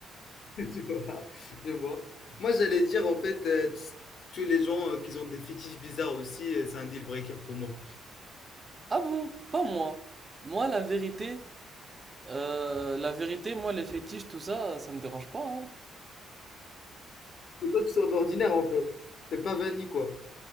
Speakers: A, on the left (about 65°); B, on the right (about 30°).
A: <laughs> Tu vois, je vois. Moi, j'allais dire, en fait, euh, tous tous les gens euh, qui ont des fétiches bizarres aussi, euh, c'est un deal breaker pour moi.
B: Ah bon? Pas moi. Moi, la vérité, euh, la vérité, moi, les fétiches, tout ça, ça me dérange pas, hein.
A: Que toi, tu sors de l'ordinaire, en fait. T'es pas vanille, quoi.